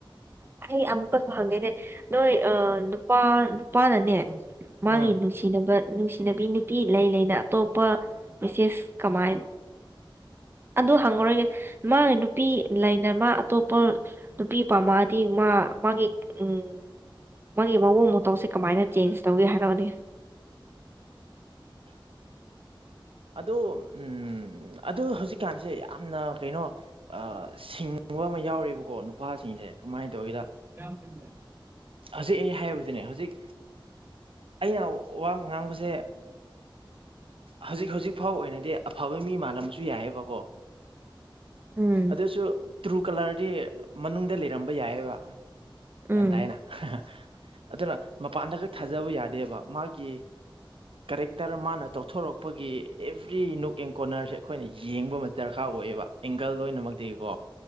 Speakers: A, on the right (about 25°); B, on the right (about 90°).
A: ꯑꯩ ꯑꯃꯨꯛꯀꯁꯨ ꯍꯪꯉꯦꯅꯦ ꯅꯣꯏ ꯅꯨꯄꯥ ꯅꯨꯄꯥꯅꯅꯦ ꯃꯥꯒꯤ
B: ꯎꯝ
A: ꯅꯨꯡꯁꯤꯅꯕ ꯅꯨꯡꯁꯤꯅꯕꯤ ꯅꯨꯄꯤ ꯂꯩ ꯂꯩꯅ ꯑꯇꯣꯞꯄ ꯃꯦꯁꯦꯁ ꯀꯃꯥꯏꯟ ꯑꯗꯨ ꯍꯪꯉꯔꯣꯢꯒꯦ ꯃꯥ ꯅꯨꯄꯤ ꯂꯩꯅ ꯃꯥ ꯑꯇꯣꯞꯄ ꯅꯨꯄꯤ ꯄꯥꯝꯃ ꯑꯗꯤ ꯃꯥ ꯃꯥꯒꯤ ꯎꯝ ꯃꯥꯒꯤ ꯃꯑꯣꯡ ꯃꯇꯧꯁꯦ ꯀꯃꯥꯏꯅ ꯆꯦꯟꯖ ꯇꯧꯒꯦ ꯍꯥꯏꯔꯛꯅꯤ
B: ꯑꯗꯨ ꯑꯝ ꯑꯗꯨ ꯍꯧꯖꯤꯛꯀꯥꯟꯁꯦ ꯌꯥꯝꯅ ꯀꯩꯅꯣ ꯑꯥ ꯁꯤꯡꯕ ꯑꯃ ꯌꯥꯎꯑꯦꯕꯀꯣ ꯅꯨꯄꯥꯁꯤꯡꯁꯦ ꯀꯃꯥꯏꯟ ꯇꯧꯒꯦꯗ
A: <unintelligible>
B: ꯍꯧꯖꯤꯛ ꯑꯩ ꯍꯥꯏꯕꯗꯨꯅꯦ ꯍꯧꯖꯤꯛ ꯑꯩꯅ ꯋꯥ ꯉꯥꯡꯕꯁꯦ ꯍꯧꯖꯤꯛ ꯍꯧꯖꯤꯛ ꯐꯥꯎ ꯑꯣꯏꯅꯗꯤ ꯑꯐꯕ ꯃꯤ ꯃꯥꯜꯂꯝꯕꯁꯨ ꯌꯥꯏꯑꯕꯀꯣ
A: ꯎꯝ
B: ꯑꯗꯨꯁꯨ ꯇ꯭ꯔꯨ ꯀꯂꯔꯗꯤ ꯃꯅꯨꯡꯗ ꯂꯩꯔꯝꯕ ꯌꯥꯏꯑꯕ ꯒ꯭ꯌꯥꯟ
A: ꯎꯝ
B: ꯇꯥꯏꯅ <unintelligible> ꯑꯗꯨꯅ ꯃꯄꯥꯟꯗ ꯈꯛ ꯊꯥꯖꯕ ꯌꯥ ꯗꯦꯕ ꯃꯥꯒꯤ ꯀꯔꯦꯛꯇꯔ ꯃꯥꯅ ꯇꯧꯊꯣꯔꯛ ꯑꯄꯒꯤ ꯑꯦꯕ꯭ꯔꯤ ꯅꯨꯡꯛ ꯑꯦꯟ ꯀꯣꯅꯔꯁꯦ ꯑꯩꯈꯣꯏꯅ ꯌꯦꯡꯕ ꯑꯃ ꯗꯔꯀꯥꯔ ꯑꯣꯏꯌꯦꯕ ꯑꯦꯡꯒꯜ ꯂꯣꯏꯅꯃꯛꯇꯤꯀꯣ